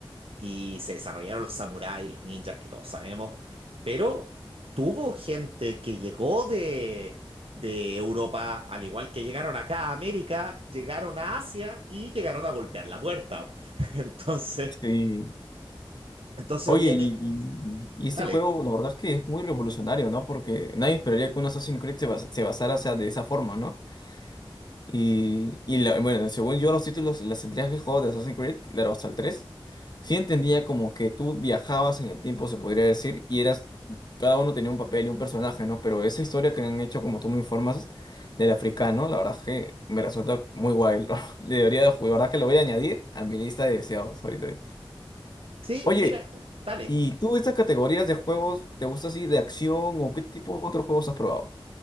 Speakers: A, on the right (about 85°); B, on the left (about 50°).
A: y se desarrollaron los samuráis, los ninjas que todos sabemos, pero tuvo gente que llegó de, de Europa, al igual que llegaron acá a América, llegaron a Asia y llegaron a golpear la puerta. <laughs> Entonces,
B: Sí.
A: entonces
B: Oye,
A: obviamente,
B: y, y-
A: dale.
B: y este juego, la verdad es que es muy revolucionario, ¿no? Porque nadie esperaría que un Assassin's Creed se basa- se basara, o sea, de esa forma, ¿no? Y, y la- bueno, según yo, los títulos, las entregas que he jugado de Assassin's Creed, claro, hasta el 3 sí entendía como que tú viajabas en el tiempo, se podría decir, y eras, cada uno tenía un papel y un personaje, ¿no? Pero esa historia que han hecho, como tú me informas, del africano, la verdad es que me resulta muy guay. <laughs> lo- Debería de jugar, la verdad es que lo voy a añadir a mi lista de deseados ahorita.
A: Sí,
B: Oye,
A: mira, dale.
B: ¿y tú estas categorías de juegos te gusta así de acción o qué tipo de otros juegos has probado?